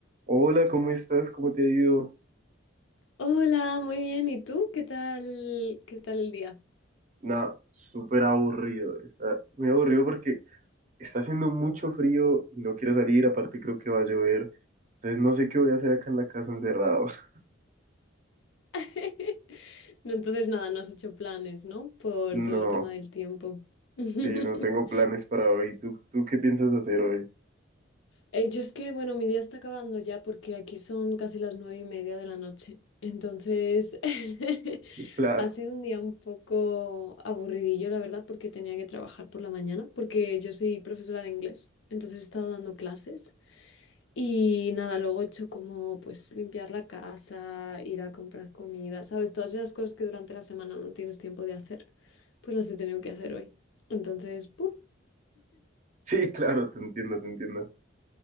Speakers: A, on the right; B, on the left.
A: Hola, ¿cómo estás? ¿Cómo te ha ido?
B: Hola, muy bien. ¿Y tú? ¿Qué tal? ¿Qué tal el día?
A: Nada, súper aburrido. Está muy aburrido porque está haciendo mucho frío y no quiero salir. Aparte, creo que va a llover. Entonces, no sé qué voy a hacer acá en la casa encerrado. <laughs>
B: <laughs> No, entonces nada, no has hecho planes, ¿no? Por
A: No,
B: todo el tema del tiempo.
A: sí,
B: <laughs>
A: no tengo planes para hoy. ¿Tú, tú qué piensas hacer hoy?
B: Eh, yo es que, bueno, mi día está acabando ya porque aquí son casi las nueve y media de la noche. Entonces, <laughs>
A: Claro,
B: ha sido un día un poco aburridillo, la verdad, porque tenía que trabajar por la mañana, porque yo soy profesora de inglés, entonces he estado dando clases. Y nada, luego he hecho como pues limpiar la casa, ir a comprar comida, ¿sabes? Todas esas cosas que durante la semana no tienes tiempo de hacer, pues las he tenido que hacer hoy. Entonces, ¡puf!
A: <laughs> sí, claro, te entiendo, te entiendo.